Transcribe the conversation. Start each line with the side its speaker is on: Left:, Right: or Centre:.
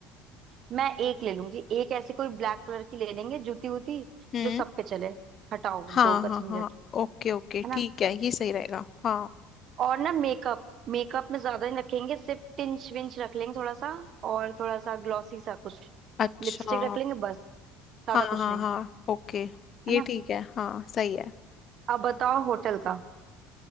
Right: मैं एक ले लूंगी एक ऐसी कोई ब्लैक कलर की ले लेंगे जूती वूती
Left: हम्म
Right: जो सब पे चले हटाओ दो
Left: हाँ
Right: का
Left: हाँ
Right: झंझट
Left: हाँ ओके ओके
Right: है ना
Left: ठीक है ये सही रहेगा हाँ
Right: और ना मेकअप मेकअप में ज्यादा नहीं रखेंगे सिर्फ टिंच विंच रख लेंगे थोड़ा सा और थोड़ा सा ग्लॉसी सा कुछ
Left: अच्छा
Right: लिपस्टिक रख लेंगे बस ज्यादा
Left: हाँ
Right: कुछ
Left: हाँ
Right: नहीं
Left: हाँ ओके ये
Right: है ना
Left: ठीक है हाँ सही है
Right: अब बताओ होटल का